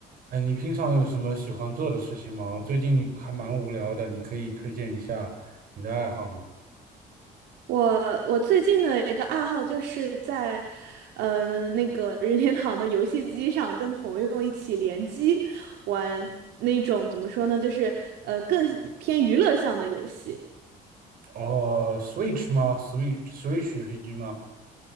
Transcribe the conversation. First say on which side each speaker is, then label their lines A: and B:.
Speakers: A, on the right; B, on the right.
A: 哎，你平常有什么喜欢做的事情吗？我最近还蛮无聊的，你可以推荐一下你的爱好吗？
B: 我我最近的一个爱好就是在，呃，那个任天堂的游戏机上跟朋友一起联机玩那种怎么说呢，就是呃更偏娱乐向的游戏。
A: 哦，Switch 吗？Switch Switch 游戏机吗？